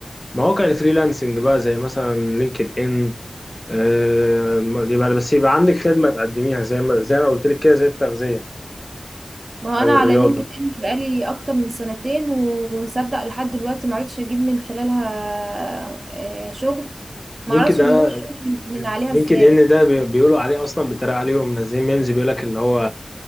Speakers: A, on the left; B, on the right.
A: ما هو كان فريلانسنج بقى زي مثلا لينكد ان آه، يبقى بس يبقى عندك خدمة تقدميها زي ما زي ما قلت لك كده زي التغذية
B: ما هو
A: أو
B: انا على
A: الرياضة
B: لينكد ان بقالي اكتر من سنتين وصدق لحد دلوقتي ما عرفتش اجيب من خلالها آه، شغل ما
A: لينكد
B: اعرفش
A: ده
B: بيجيبوا الشغل من, من عليها
A: لينكد
B: ازاي
A: إن ده بي- بيقولوا عليه أصلا بيتريق عليه ومنزلين ميمز بيقول لك اللي هو